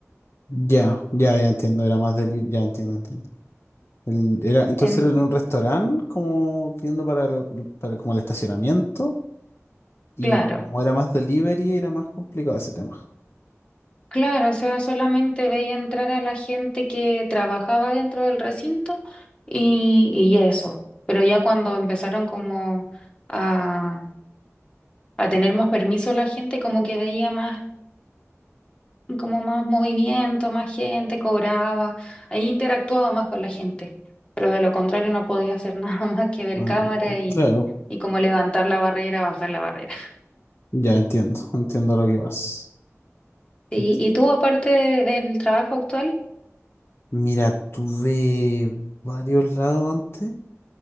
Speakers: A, on the left (about 55°); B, on the left (about 20°).
A: Ya, ya, ya entiendo, era más del... Ya entiendo, entiendo. El- era, entonces
B: En,
A: era en un restaurante, como viendo para, lo- para como el estacionamiento. Y
B: claro.
A: como era más delivery, era más complicado ese tema.
B: Claro, o sea, solamente veía entrar a la gente que trabajaba dentro del recinto y, y eso. Pero ya cuando empezaron como a, a tener más permiso la gente, como que veía más, como más movimiento, más gente, cobraba, ahí interactuaba más con la gente. Pero de lo contrario no podía hacer <laughs> nada más que ver
A: Ah,
B: cámara y,
A: claro,
B: y como levantar la barrera, bajar la barrera.
A: ya entiendo, entiendo lo que vas.
B: Sí.
A: Enti-
B: y tú, aparte del trabajo actual?
A: Mira, tuve varios lados antes.